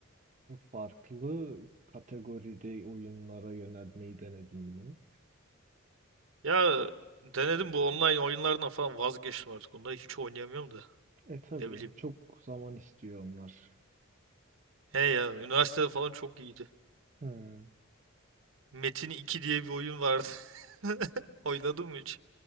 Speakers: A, on the right; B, on the right.
A: Farklı kategoride oyunlara yönelmeyi denedin mi?
B: Ya denedim bu online oyunlardan falan vazgeçtim artık. Onları hiç oynayamıyorum da.
A: E tabii
B: Ne bileyim.
A: çok zaman istiyor onlar.
B: He ya üniversitede falan çok iyiydi.
A: Hmm.
B: Metin iki diye bir oyun vardı. <laughs> Oynadın mı hiç?